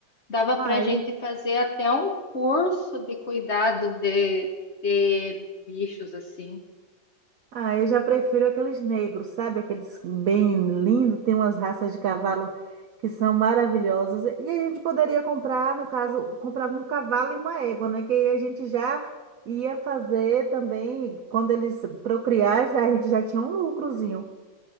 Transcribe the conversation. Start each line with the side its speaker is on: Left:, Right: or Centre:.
Left: Dava
Right: Ah,
Left: para gente fazer até um curso de cuidado de, de bichos assim.
Right: Ah, eu já prefiro aqueles negros, sabe? Aqueles bem lindos, tem umas raças de cavalo que são maravilhosas. E a gente poderia comprar, no caso, comprava um cavalo e uma égua, né? Que aí a gente já ia fazer também, quando eles procriassem, a gente já tinha um lucrozinho.